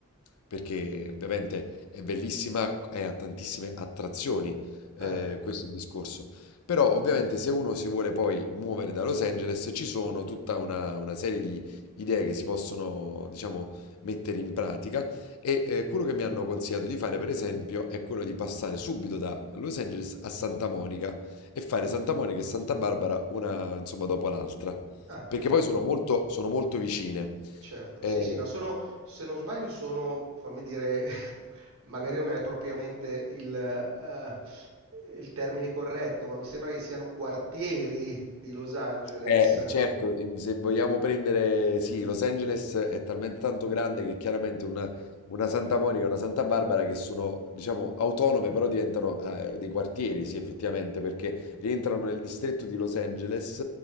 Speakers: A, on the left; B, on the right.
A: perché ovviamente è bellissima e ha tantissime attrazioni, eh,
B: Eh,
A: questo è il discorso. Però ovviamente se uno si vuole poi muovere da Los Angeles ci sono tutta una, una serie di idee che si possono, diciamo, mettere in pratica e eh, quello che mi hanno consigliato di fare, per esempio, è quello di passare subito da Los Angeles a Santa Monica e fare Santa Monica e Santa Barbara una, insomma, dopo l'altra,
B: ah,
A: perché poi sono molto, sono molto vicine.
B: Eh, Certo,
A: Eh,
B: sì, sì, no, sono, se non sbaglio sono, fammi dire, <laughs> magari non è propriamente il, eh, il termine corretto, ma mi sembra che siano quartieri di Los Angeles.
A: Eh, certo, im- se vogliamo prendere, sì, Los Angeles è talmente tanto grande che chiaramente una, una Santa Monica e una Santa Barbara che sono, diciamo, autonome, però diventano eh, dei quartieri, sì, effettivamente, perché rientrano nel distretto di Los Angeles,